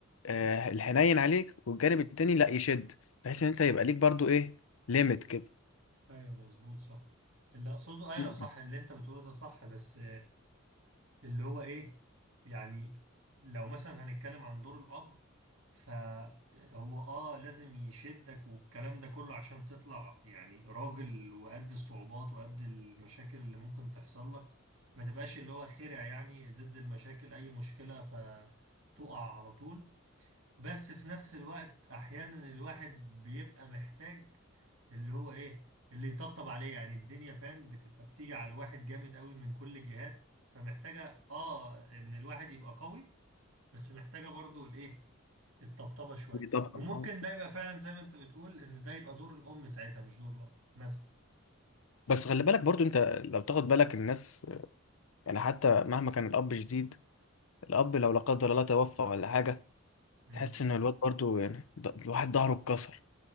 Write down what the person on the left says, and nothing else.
آه الحنين عليك والجانب التاني لا يشد بحيث ان انت يبقى ليك برضو ايه ليميت كده
مم.
طبعا
اه
بس خلي بالك برضو انت لو تاخد بالك الناس يعني حتى مهما كان الاب شديد الأب لو لا قدر الله توفى ولا حاجة
تحس إن الواد برضو يعني ض- الواحد ظهره اتكسر